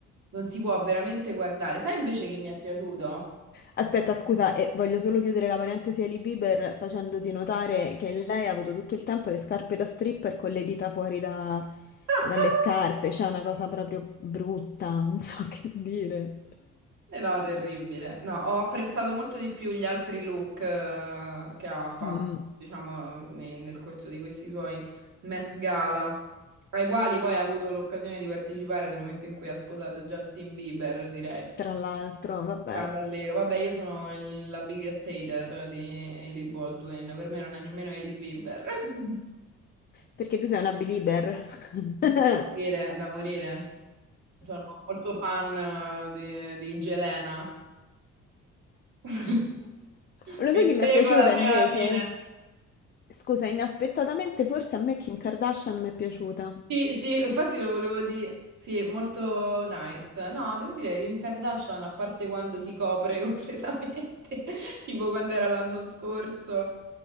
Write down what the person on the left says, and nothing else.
Aspetta, scusa, e voglio solo chiudere la parentesi Hailey Bieber facendoti notare che lei ha avuto tutto il tempo le scarpe da stripper con le dita fuori da-
dalle scarpe, c'è una cosa proprio brutta, non so <laughs> che dire.
Mm,
tra l'altro, vabbè,
perché tu sei una belieber. <laughs>
Lo
sai chi mi
è piaciuta invece?
Scusa, inaspettatamente forse a me Kim Kardashian mi è piaciuta.